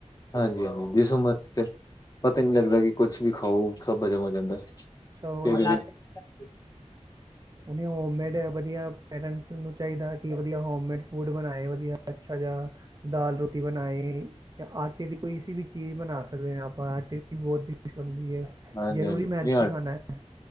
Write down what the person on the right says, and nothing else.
ਸਭ ਉਹੀ
ਹੁਨੇ ਹੋਮੇਡ ਵਧੀਆ ਪੇਰੈਂਟਸ ਨੂੰ ਚਾਈਦਾ। ਕਿ ਵਧੀਆ ਹੋਮੇਡ ਫੂਡ ਬਣਾਏ ਵਧੀਆ ਅੱਛਾ ਜਿਹਾ ਦਾਲ ਰੋਟੀ ਬਣਾਈ, ਜਾਂ ਆਟੇ ਦੀ ਕੋਈ ਸੀ ਵੀ ਚੀਜ ਬਣਾ ਸਕਦੇ ਆ ਆਪਾਂ, ਆਟੇ ਦੀ ਵੀ ਬਹੁਤ ਈਸੀ ਬਣਦੀ ਐ,
ਜ਼ਰੂਰੀ
ਮੈਦਾ
ਈ ਖਾਣਾ ਐ।